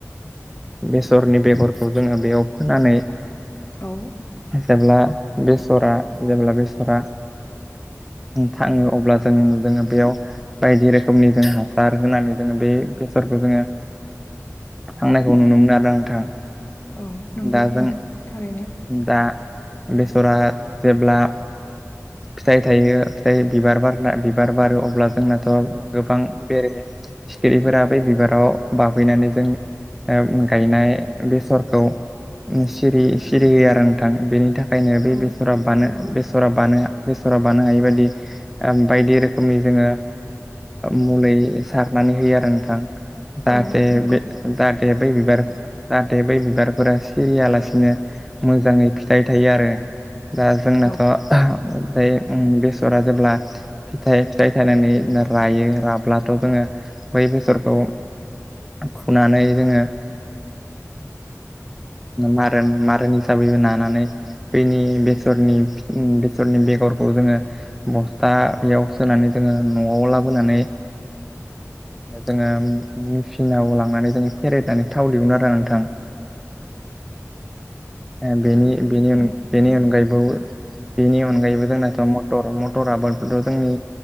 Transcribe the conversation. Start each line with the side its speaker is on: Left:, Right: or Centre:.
Centre: बेसरनि बेगरखौ जोङो बेयाव फोनानै
Left: औ
Centre: जेब्ला बेसरा जेब्ला बेसरा थाङो अब्ला जों जोङो बेयाव बायदि रोखोमनि जों हासार होनानै जोङो बे बेफोरखौ जोङो थांनायखौ नुनो मोनो आरोना नोंथां
Left: औ नंगौ
Centre: दाजों
Left: नोंथां थारैनो
Centre: दा बेसरा जेब्ला फिथाइ थायो फिथाइ बिबार बारना बिबार बारो अब्ला जोंनाथ' गोबां बेरे सिखिरिफोरा बै बिबाराव बाफैनानै जों गायनाय बेसरखौ सिरि सिरि होयो आरो नोंथां बेनि थाखाय ओंखायनो बे
Left: औ
Centre: बेसरा बानो
Left: नंगौ
Centre: बेसरा बानाया बेसरा बानो हायि बायदि बायदि रोखोमनि जोङो मुलि सारनानै होयो आरो नोंथां जाहाथे
Left: औ नंगौ
Centre: बे जाहाथे बै बिबार जाहाथे बै बिबारफोरा सिरियालासिनो मोजाङै फिथाइ थायो आरो दा जोंनाथ'
Left: औ
Centre: ओमफ्राय बेसरा जेब्ला फिथाइ फिथाइ थायनानै रायो राब्लाथ' जोङो बै बेसरखौ फुनानै जोङो मारा मारन हिसाबैबो नानानै बैनि बे बैनि बेसरनि बेगरखौ जोङो बस्थायाव सोनानै जोङो न'आव होनानै जोङो मेसिनाव लांनानै जोङो फेरेनानै थाव दिहुनो आरो नोंथां ओ बेनि-बेनि
Left: औ
Centre: अन-
Left: नंगौ नोंथां
Centre: बेनि अनगायैबो बेनि अनगायैबो जोंनाथ' मटर मटर आबादथ' जोंनि